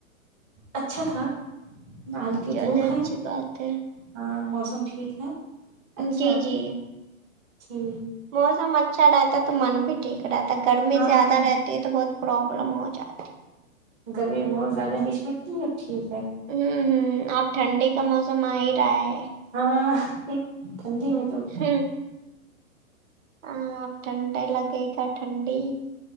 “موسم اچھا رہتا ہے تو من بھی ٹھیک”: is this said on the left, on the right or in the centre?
Right